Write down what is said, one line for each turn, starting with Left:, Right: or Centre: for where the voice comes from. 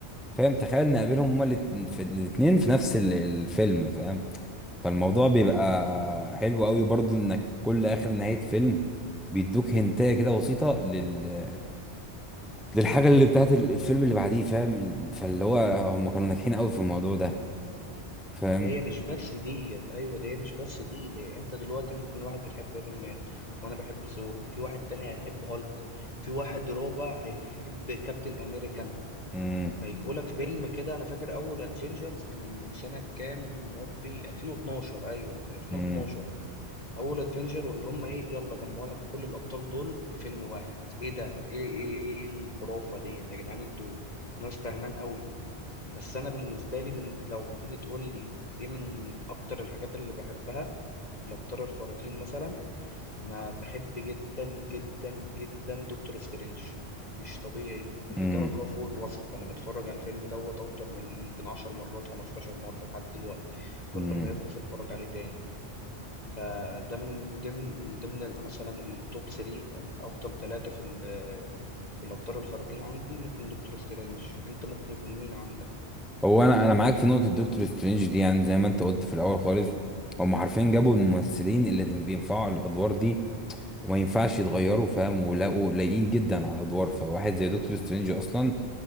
Centre: فاهم تخيل نقابلهم هما الات- في- الاتنين في نفس ال- الفيلم فاهم فالموضوع بيبقى حلو قوي برضو انك كل اخر نهاية فيلم بيدوك هنتايه كده بسيطة لل للحاجة اللي بتاعت الفيلم اللي بعديه فاهم فاللي هو هم كانوا ناجحين قوي في الموضوع ده فاهم
Left: ده هي مش بس ديت ايوه ده هي مش بس دي ده انت دلوقتي ممكن واحد بتحب ايرون مان وانا بحب ثور في واحد تاني هيحب هالك في واحد رابع هيحب كابتن امريكان
Centre: مم،
Left: هيجيبوا لك فيلم كده انا فاكر اول ادفنجرز كان سنة كام يا ربي 2012 ايوه كان 2012
Centre: مم،
Left: اول ادفنجر واللي هم ايه يلا جمعوا لك كل الابطال دول في فيلم واحد ايه ده ايه ايه ايه الخرافه ديت يا جدعان انتوا ناس فاهمان قوي بس انا بالنسبه لي من لو هتيجي تقول لي ايه من من اكتر الحاجات اللي بحبها الابطال الخارقين مثلا انا بحب جدا جدا جدا دكتور سترينج مش طبيعي لدرجه
Centre: مم،
Left: فوق الوصف انا متفرج على الفيلم دوت اكتر من يمكن 10 مرات 15 مره لحد دلوقتي كل
Centre: مم.
Left: ما يخلص اتفرج عليه تاني فده من من ضمن من ضمن ال- مثلا التوب 3 الافضل ثلاثه في ال- في الابطال الخارقين عندي ممكن دكتور سترينج انت ممكن يكون مين عندك
Centre: هو انا انا معاك في نقطة دكتور سترينج دي يعني زي ما انت قلت في الاول خالص هم حرفيا جابوا الممثلين اللي ينفعوا الادوار دي وما ينفعش يتغيروا فاهم ولاقوا لايقين جدا على الادوار فواحد زي دكتور سترينج اصلا